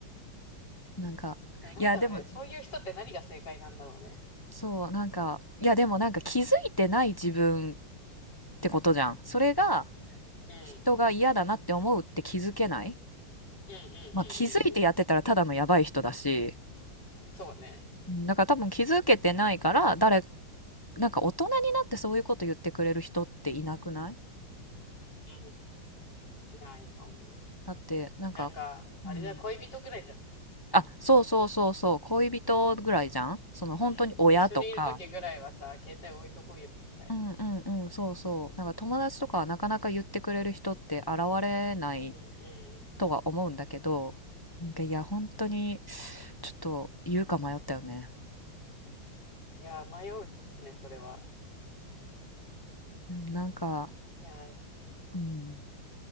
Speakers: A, on the left (about 25°); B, on the left (about 55°).
A: なんか、
B: でもなんだろうね、
A: いや、でも、
B: そういう人って何が正解なんだろうね。
A: そう、なんか、いや、でもなんか気づいてない自分ってことじゃん。それが
B: うん、う
A: 人が嫌だなって思うって気づけない
B: ん、うん、うん、
A: まあ気づいてやってたらただのやばい人だし、
B: うん。そうね。
A: うんだから多分気づけてないから、誰、なんか大人になってそういうこと言ってくれる人っていなくない
B: うん、いないと思う。
A: だって、なんか、
B: なんか、あれだ、
A: うん。
B: 恋人ぐらいじゃん。
A: あ、そうそうそうそう、恋人ぐらいじゃんその本当に親とか。
B: うん、一緒にいる時ぐらいはさ、携帯置いとこうよみたいな。
A: うんうんうん、そうそう。なんか友達とかはなかなか言ってくれる人って現れない
B: うん、う
A: とは思うんだけど、なんかいや、本当にちょっと言うか迷ったよね。
B: ん。いや、迷うね、それは。
A: うんなんか、
B: いやー、
A: うん。